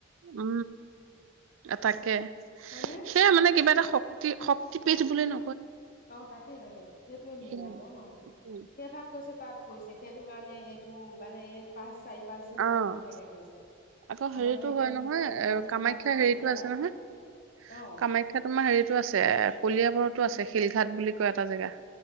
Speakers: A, on the right; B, on the left.
A: উ, আ তাকে,
B: হয়নে?
A: সেয়া মানে কিবা এটা শক্তি, শক্তিপীঠ বোলে ন।
B: অ' তাকে তাকে সেটোৱে মেইন
A: সেয়া
B: আকৌ ন।
A: উম,
B: সেভাগ কৈছে তাত পইছে সেটো কাৰণে এইটো মানে এই পাঁচ, চাৰি পাঁচ দিন
A: অ',
B: বন্ধ থাকে কৈছে।
A: আকৌ
B: আমাৰ
A: হেৰিতো
B: যেনেকৈ
A: হয় নহয়
B: মাইকী
A: এ
B: মানুহবিলাক
A: কামাখ্যা
B: মাহেকীয়া
A: হেৰিতো আছে
B: হয়
A: নহয়।
B: অঁ
A: কামাখ্যা তোমাৰ হেৰিতো আছে কলিয়াবৰতো আছে শিলঘাট বুলি কয় এটা জেগা।